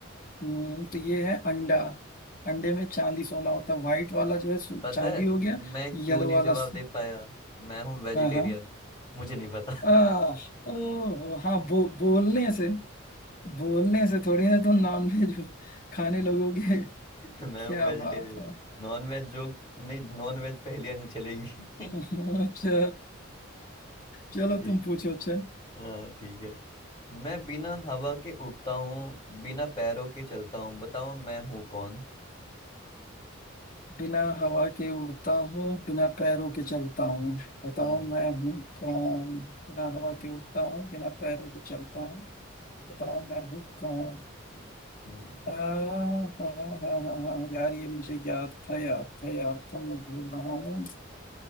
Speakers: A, on the left (about 40°); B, on the left (about 20°).
A: हम्म, तो ये है अंडा अंडे में चांदी सोना होता है व्हाइट वाला जो है सो-
B: पता
A: चांदी
B: है
A: हो गया
B: मैं
A: येलो
B: क्यों नहीं
A: वाला
B: जवाब
A: स-
B: दे पाया मैं हूँ वेजिटेरियन
A: हाँ हाँ
B: मुझे नहीं पता
A: आ, ओ हाँ बो, बोलने से बोलने से थोड़ी ना तुम नॉनवेज खाने लगोगे <laughs>
B: <laughs> मैं
A: क्या
B: हूँ वेजिटेरियन
A: बात है
B: नॉन वेज जो नहीं नॉन वेज पहेलियां नहीं चलेगी ठीक
A: <laughs> अच्छा चलो
B: है,
A: तुम पूछो अच्छा
B: हाँ ठीक है मैं बिना हवा के उड़ता हूँ बिना पैरों के चलता हूँ बताओ मैं हूँ कौन
A: बिना हवा के उड़ता हूँ बिना पैरों के चलता हूँ बताओ
B: हम्म
A: मैं हूँ कौन बिना हवा के उड़ता हूँ बिना पैरों के चलता हूँ बताओ मैं हूँ कौन
B: हम्म
A: आ, हाँ हाँ हाँ हाँ यार ये मुझे याद था याद था याद था मैं भूल रहा हूँ